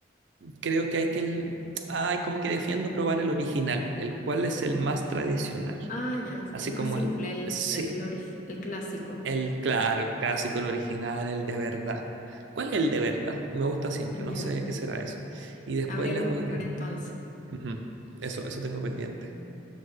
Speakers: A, on the right; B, on the left.
A: creo que hay que, el, ay, como que defiendo probar el original, el cual es el más tradicional,
B: Ah, ya.
A: así
B: El más
A: como
B: simple,
A: el,
B: el,
A: sí,
B: el, ori- el clásico.
A: el, claro, el clásico, el original, el de verdad. ¿Cuál es el de verdad? Me gusta siempre,
B: Ya.
A: no sé qué será eso. Y después
B: Habría
A: les
B: que
A: voy
B: buscar
A: viendo.
B: entonces.
A: Ujú. Eso, eso tengo pendiente.